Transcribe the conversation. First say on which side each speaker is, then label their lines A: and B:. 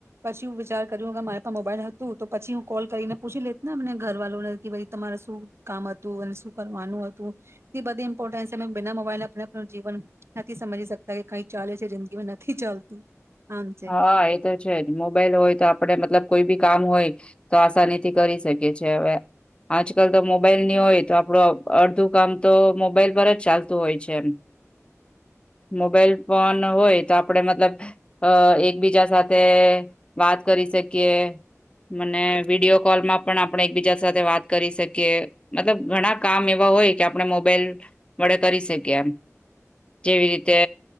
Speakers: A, on the right; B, on the left.
A: પછી હું વિચાર ્યું મારા પા મોબાઈલ હતું તો પછી હું કોલ કરીને પૂછી લેત ને અને ઘર વાળુંને કે તમારે શું કામ હતું અને શું કરવાનું હતું તે બધી ઇમ્પોર્ટન્ છે અ બના મોબાઈલ આપને જીવન નથી સમજી શકતા કે કઈ ચાલે છે જિંદગીમાં નથી ચાલતું આમ છે
B: હા એ તો છે જ મોબાઈલ હોય તો આપ આપડે મતલબ કોઈ બી કામ હોય તો આસાની થી કરી શકીએ છેએ હવે આજકાલ તો મોબાઈલ ની હોય તો આપડું અડધું કામ તો મોબાઈલ પર જ ચાલતું હોય છે એમ મોબાઈલ ફન હોય તો આપણેે મતલબ અ એકબીજા સાથે વાત કરી શકીએ મને વિડીયો કોલમાં પણ આપણે એકબીજા સાથે વાત કરી શકીએ મતલબ ઘણા કામ એવા હોય કે આપણે મોબાઈલ વડે કરી શકીએ એમ જેવી રીતે